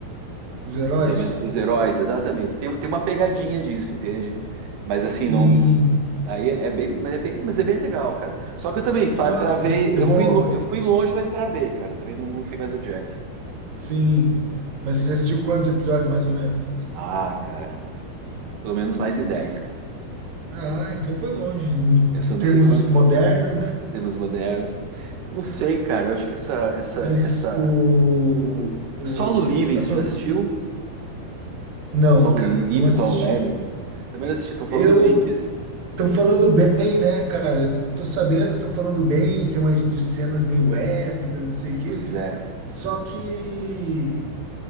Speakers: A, on the right; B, on the right.
A: Os heróis?
B: os, am- os heróis, exatamente. Tem, tem uma pegadinha disso, entende? Mas assim,
A: Sim.
B: não, Aí é bem, mas é bem, mas é bem legal, cara. Só que eu também pa-
A: Que massa.
B: travei,
A: Eu
B: eu
A: vou.
B: fui, lo- eu fui longe, mas travei, cara. Também não, não fui mais adiante.
A: Sim. Mas você assistiu quantos episódios, mais ou menos?
B: Ah, cara, pelo menos mais de 10, cara.
A: Ah, então foi longe. Em
B: Eu
A: em
B: só não
A: termos
B: sei quantos
A: modernos, né?
B: sistemas modernos. Eu não sei, cara. Eu acho que essa, essa,
A: Mas
B: essa
A: o, o
B: Solo Living,
A: a
B: você
A: pro-
B: já assistiu?
A: não,
B: Solo
A: cara,
B: Living,
A: não assisti.
B: Solo Leveling. Também não assisti. Estão falando
A: Eu
B: bem disso.
A: estão falando bem, né, cara? Eu tô, tô sabendo que estão falando bem, tem umas de cenas meio épicas, não sei o quê.
B: Pois é.
A: Só que